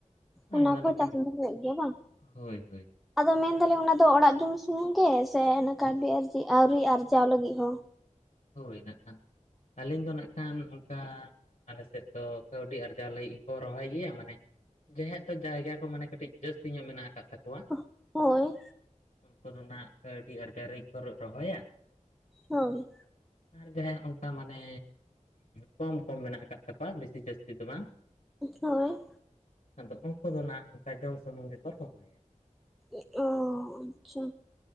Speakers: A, in the centre; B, on the left (about 60°).
A: ᱚᱱᱟ
B: ᱟᱭᱢᱟ
A: ᱠᱚᱦᱚᱸ
B: ᱞᱮᱠᱟᱱ
A: ᱪᱟᱥ ᱫᱚ ᱦᱩᱭᱩᱜ ᱜᱮᱭᱟ ᱵᱟᱝ?
B: ᱦᱳᱭ ᱦᱳᱭ
A: ᱟᱫᱚ ᱢᱮᱱᱫᱟᱞᱤᱧ ᱚᱱᱟᱫᱚ ᱚᱲᱟᱜ ᱡᱚᱢ ᱥᱩᱢᱩᱝ ᱜᱮ ᱥᱮ ᱠᱟᱹᱣᱰᱤ ᱟᱨᱡᱤ ᱟᱹᱣᱨᱤ ᱟᱨᱡᱟᱣ ᱞᱟᱹᱜᱤᱫ ᱦᱚᱸ?
B: ᱦᱳᱭ ᱱᱟᱜ ᱠᱷᱟᱱ, ᱟᱹᱞᱤᱧ ᱫᱚ ᱱᱟᱜ ᱠᱷᱟᱱ ᱚᱱᱠᱟ ᱟᱞᱮ ᱥᱮᱫ ᱫᱚ ᱠᱟᱹᱣᱰᱤ ᱟᱨᱡᱟᱣ ᱞᱟᱹᱜᱤᱫ ᱜᱮᱠᱚ ᱨᱚᱦᱚᱭ ᱜᱮᱭᱟ ᱢᱟᱱᱮ᱾ ᱡᱟᱦᱟᱸᱭᱟᱜ ᱫᱚ ᱡᱟᱭᱜᱟ ᱠᱚ ᱢᱟᱱᱮ ᱠᱟᱹᱴᱤᱡ ᱡᱟᱹᱥᱛᱤ ᱧᱚᱜ ᱢᱮᱱᱟᱜ ᱟᱠᱟᱫ ᱛᱟᱠᱚᱣᱟ᱾
A: ᱚᱜ ᱦᱳᱭ᱾
B: ᱩᱱᱠᱩ ᱫᱚ ᱱᱟᱜ ᱠᱟᱹᱣᱰᱤ ᱟᱨᱡᱟᱣ ᱞᱟᱹᱜᱤᱫ ᱠᱚ ᱨᱚᱦᱚᱭᱟ᱾
A: ᱦᱳᱭ᱾
B: ᱟᱨ ᱡᱟᱸᱦᱟᱭᱟᱜ ᱚᱝᱠᱟ ᱢᱟᱱᱮ ᱠᱚᱢ ᱠᱚᱢ ᱢᱮᱱᱟᱜ ᱟᱠᱟᱫ ᱛᱟᱠᱚᱣᱟ ᱵᱮᱥᱤ ᱡᱟᱹᱥᱛᱤ ᱫᱚ ᱵᱟᱝ᱾
A: ᱦᱳᱭ᱾
B: ᱟᱫᱚ ᱩᱝᱠᱩ ᱫᱚ ᱱᱟᱜ ᱚᱝᱠᱟ ᱡᱚᱢ ᱥᱩᱢᱩᱝ ᱜᱮᱠᱚ ᱨᱚᱦᱚᱭᱟ᱾
A: ᱮᱜ ᱚ, ᱟᱪᱪᱷᱟ᱾